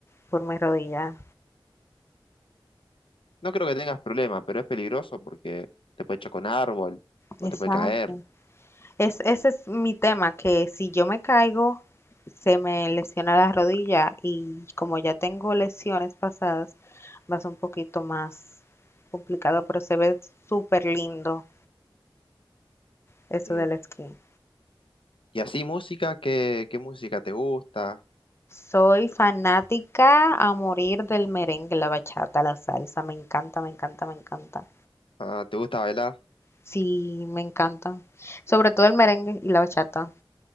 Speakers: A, on the left (about 30°); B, on the left (about 75°).
A: por mi rodilla.
B: No creo que tengas problema, pero es peligroso porque te puede chocar un árbol
A: Exacto.
B: o te puede caer.
A: Es, ese es mi tema, que si yo me caigo, se me lesiona la rodilla y como ya tengo lesiones pasadas, va a ser un poquito más complicado, pero se ve súper lindo eso
B: Mm.
A: del skin.
B: Y así música, ¿qué, qué música te gusta?
A: Soy fanática a morir del merengue, la bachata, la salsa, me encanta, me encanta, me encanta.
B: Ah, ¿te gusta bailar?
A: Sí, me encantan. Sobre todo el merengue y la bachata.